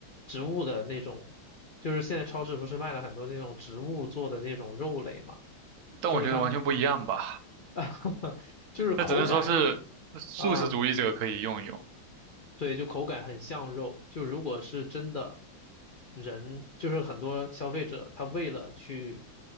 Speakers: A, on the left; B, on the right.
A: 植物的那种，就是现在超市不是卖了很多那种植物做的那种肉类嘛，
B: 但我觉得完全不一样吧，
A: 就是他们 <laughs> 就是口感
B: <laughs> 那只能说是素食主义者可以用一用。
A: 啊。对，就口感很像肉。就如果是真的人，就是很多消费者，他为了去